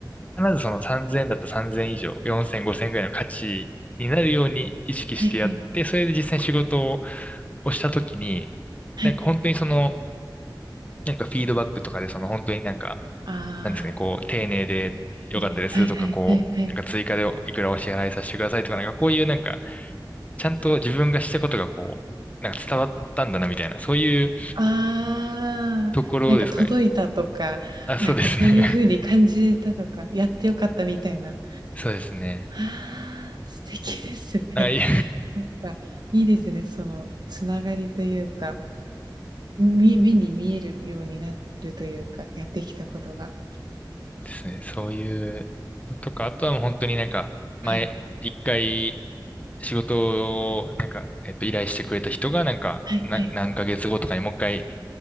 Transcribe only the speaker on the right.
はいはい。
はい。
ああ、
で、はいはいはいはい
ああ、
なんか届いたとか、
なんかそういう風に感じれたとか、やってよかったみたいな。
ああ、素敵ですね。
<laughs> なんかいいですね、そのつながりというか、み目に見えるようになるというか、やってきたことが。
はい。
はいはい。